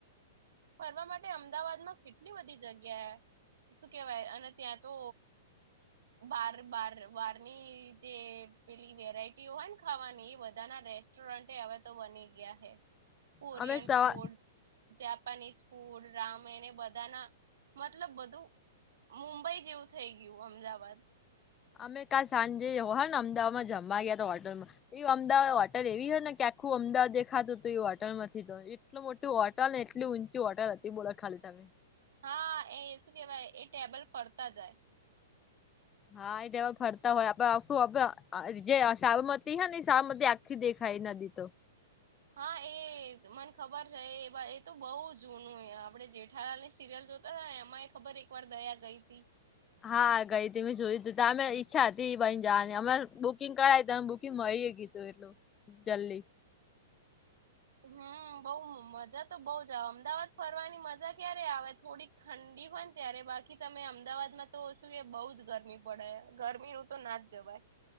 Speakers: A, on the right (about 75°); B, on the left (about 25°).
A: ફરવા માટે અમદાવાદ માં કેટલી બધી જગ્યા શું કેવાય અને ત્યાં તો
B: હ.
A: બાર બાર બહારની જે પેલી વેરાયટી હોય ને ખાવાની, એ બધા ના રેસ્ટ સ્ટોરન્ટ હવે તો બની ગયા હૈ.
B: <unintelligible>
A: કોરિયન
B: સવાર
A: ફૂડ ફૂડ, રામાયણ એ બધાના મતલબ બધું મુંબઈ જેવું થઇ ગયું અમદાવાદ
B: અમે કા સાંજે હ ને અમદાવાદમાં જમવા ગયા હોટલમા. એ અમદાવાદ હોટલ એવી હ ને કે આખું અમદાવાદ દેખાતું હતું એ હોટલમાંથી એટલ મોટી હોટલ ને એટલી ઊંચી હોટલ હતી, બોલો ખાલી તમે
A: હા, એ શું કેવાય? એ ટેબલ ફરતા જાય.
B: હા, એ દવા ફરતા હોય, આપડે આખું જે સાબરમતી હ ને, સાબરમતી સુખી દેખાય નદી તો
A: હા, એ મને ખબર છે. એ તો બહુ જૂનું. આપડે જેઠાલાલ ની સિરિયલ જોતા. એમાં એ ખબર એક વાર દયા ગઈ હતી.
B: હા, ગઈ તી. મેં જોયું તું તો અમે ઈચ્છા હતી, પણ જવાની અમા બુકિંગ કરાયી તો મારી એ કીધું એટલું જલ્દી
A: હમ, બઉ મજા તો બઉ જ આવે. અમદાવાદ ફરવાની મજા ક્યારે આવે થોડીક ઠંડી પણ ત્યારે બાકી, તમે અમદાવાદમાં તો શું, એ બહુ જ ગરમી પડે, ગરમી. તો ના જવાય.